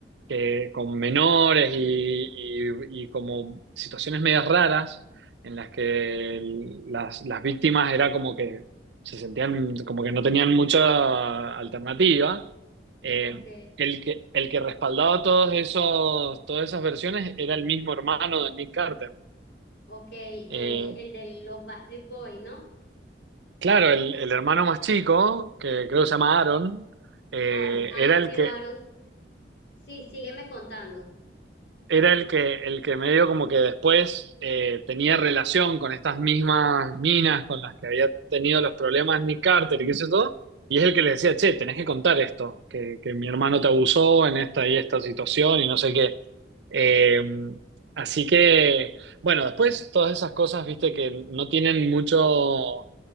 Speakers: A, on the right; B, on the left.
A: que con menores y, y- y como situaciones medias raras en las que el- las, las víctimas era como que se sentían como que no tenían mucha alternativa. Eh,
B: ok,
A: el que, el que respaldaba todos esos, todas esas versiones era el mismo hermano de Nick Carter.
B: ok, eh,
A: Eh,
B: el de los Backstreet Boys, ¿no?
A: claro, el, el hermano más chico, que creo que se llama Aaron, eh,
B: Aaron, ah,
A: era el
B: pero
A: que,
B: Aaron, sí, sígueme contando.
A: era el que, el que medio como que después eh, tenía relación con estas mismas minas con las que había tenido los problemas Nick Carter y qué sé todo, y es el que le decía, che, tenés que contar esto, que, que mi hermano te abusó en esta y esta situación y no sé qué. Eh, así que, bueno, después todas esas cosas, viste, que no tienen mucho,